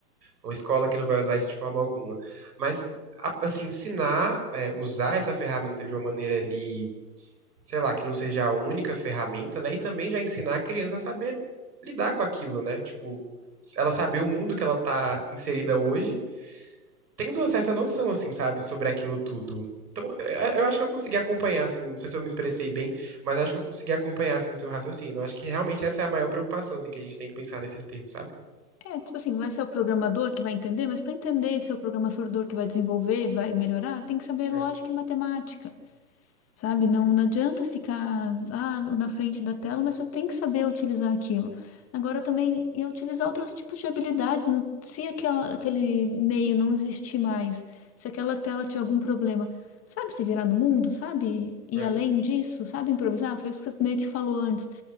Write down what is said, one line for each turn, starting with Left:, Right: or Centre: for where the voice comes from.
Right: é uma escola que não vai usar isso de forma alguma. Mas, a- assim, ensinar, é, usar essa ferramenta de uma maneira ali, sei lá, que não seja a única ferramenta, né? E também já ensinar a criança a saber lidar com aquilo, né? Tipo, ela saber o mundo que ela tá inserida hoje tendo uma certa noção, assim, sabe, sobre aquilo tudo. Então, eu eu acho que eu consegui acompanhar, assim, não sei se eu me expressei bem, mas acho que eu consegui acompanhar, assim, o seu raciocínio. Eu Acho que realmente essa é a maior preocupação, assim, que a gente tem que pensar nesses termos, sabe?
Left: É, tipo assim, vai ser o programador que vai entender, mas para entender se é o programador que vai desenvolver, vai melhorar, tem que saber
Right: É,
Left: lógica e matemática, sabe? Não,
Right: é,
Left: não adianta ficar ah, na frente da tela, mas só tem que saber utilizar aquilo. Agora também, e utilizar outros tipos de habilidades, no- se aquela, aquele meio não existir mais, se aquela tela tiver algum problema, sabe se virar no mundo, sabe? E
Right: é.
Left: além disso, sabe improvisar? Foi isso que você meio que falou antes.